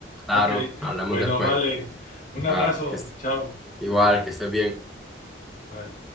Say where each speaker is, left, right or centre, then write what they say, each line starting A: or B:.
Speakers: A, in the centre; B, on the left (about 40°).
A: Claro,
B: Ok,
A: hablamos
B: bueno,
A: después.
B: vale. Un abrazo,
A: Ah, que
B: chao,
A: Igual, que estés bien.
B: bye.